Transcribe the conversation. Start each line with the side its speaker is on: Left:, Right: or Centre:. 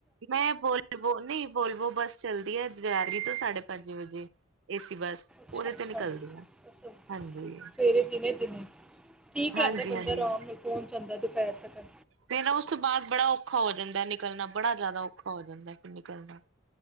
Right: ਮੈਂ ਬੋਲ ਨਹੀਂ <unintelligible> ਵੋਲਵੋ ਬੱਸ ਚੱਲਦੀ ਹੈ ਜਗਾਧਰੀ ਤੋਂ ਸਾਢੇ ਪੰਜ ਵਜੇ ਏਸੀ ਬੱਸ
Centre: ਅੱਛਾ
Right: ਉਹਦੇ
Centre: ਅੱਛਾ
Right: ਤੇ ਨਿਕਲਦੀ ਆ
Centre: ਅੱਛਾ
Right: ਹਾਂਜੀ
Centre: ਸਵੇਰੇ ਦਿਨੇ ਦਿਨੇ ਠੀਕ
Right: ਹਾਂਜੀ
Centre: ਰੈਂਦਾ ਬੰਦਾ
Right: ਹਾਂਜੀ
Centre: ਆਰਾਮ ਨਾਲ ਪੋਂਚ ਜਾਂਦਾ ਦੁਪੈਰ ਤੱਕ
Right: ਮੇਰਾ ਉਸ ਤੋਂ ਬਾਦ ਬੜਾ ਔਖਾ ਹੋ ਜਾਂਦਾ ਨਿਕਲਣਾ ਬੜਾ ਜਾਦਾ ਔਖਾ ਹੋ ਜਾਂਦਾ ਫਿਰ ਨਿਕਲਣਾ